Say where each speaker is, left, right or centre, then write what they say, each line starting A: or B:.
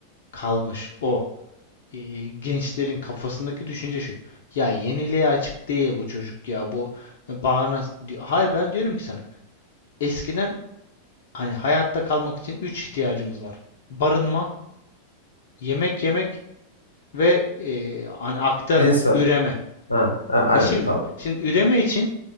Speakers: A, on the left; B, on the left.
A: kalmış o e, gençlerin kafasındaki düşünce şu. Ya yeniliğe açık değil bu çocuk ya bu e, bağnaz. diyor. Hayır ben diyorum ki sana. Eskiden Hani hayatta kalmak için 3 ihtiyacımız var. Barınma, yemek yemek ve e, hani aktarım,
B: Cinsel.
A: üreme.
B: Ha, ha aynen
A: E şimdi,
B: tamam.
A: şimdi üreme için